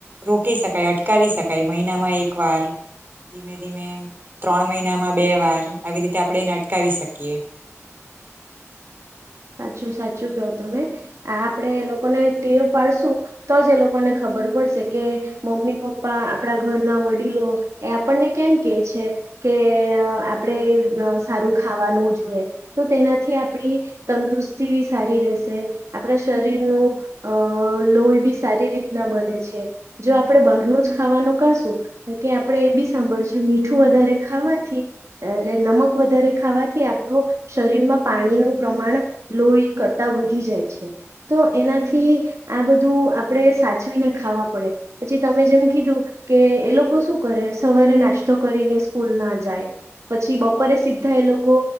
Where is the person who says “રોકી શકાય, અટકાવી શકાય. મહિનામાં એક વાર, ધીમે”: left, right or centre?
Right